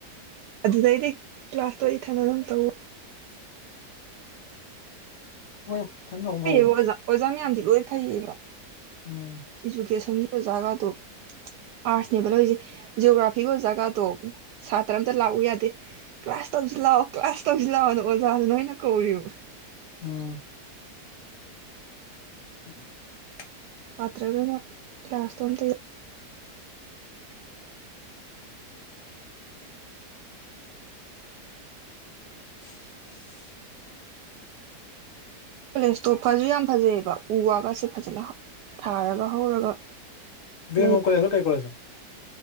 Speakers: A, on the right (about 75°); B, on the left (about 50°).
A: ꯑꯗꯨꯗꯩꯗꯤ ꯀ꯭ꯂꯥꯁꯇꯣ ꯏꯊꯟꯗ ꯑꯗꯨꯝ ꯇꯧꯔꯦ
B: <inaudible> ꯐꯔꯦꯗ
A: ꯐꯩꯌꯦꯕ ꯑꯣꯖꯥ ꯃꯌꯥꯝꯗꯤ ꯂꯣꯏ ꯐꯩꯌꯦꯕ
B: ꯎꯝ
A: ꯏꯖꯨꯀꯦꯁꯟꯒꯤ ꯑꯣꯖꯒꯗꯣ ꯑꯥꯔꯠꯁꯅꯦꯕ ꯂꯧꯔꯤꯁꯦ ꯖꯤꯑꯣꯒ꯭ꯔꯥꯐꯤꯒꯤ ꯑꯣꯖꯒꯗꯣ ꯁꯥꯇ꯭ꯔ ꯑꯝꯇ ꯂꯥꯛꯎ ꯌꯥꯗꯦ ꯀ꯭ꯂꯥꯁ ꯥ ꯇꯧꯁꯤ ꯂꯥꯛꯑꯣ ꯀ꯭ꯂꯥꯁ ꯇꯧꯁꯤ ꯂꯥꯛꯑꯣꯅ ꯑꯣꯖꯥꯗꯨꯅ ꯑꯣꯏꯅ ꯀꯧꯔꯤꯕ
B: ꯎꯝ <inaudible>
A: ꯁꯇ꯭ꯔꯒꯩꯅ ꯀ꯭ꯂꯥꯁꯇꯣ ꯑꯝꯇ ꯌꯥꯎꯗꯦ
B: <inaudible>
A: ꯀꯣꯂꯦꯖꯇꯣ ꯐꯁꯨ ꯌꯥꯝ ꯐꯖꯩꯑꯦꯕ ꯎ ꯋꯥꯒꯁꯦ ꯐꯖꯅ ꯊꯥꯔꯒ ꯍꯧꯔꯒ
B: ꯕꯤꯔꯝꯃꯒꯣꯜ
A: ꯂꯩ
B: ꯀꯣꯂꯦꯖꯔꯣ ꯀꯩ ꯀꯣꯂꯦꯖꯅꯣ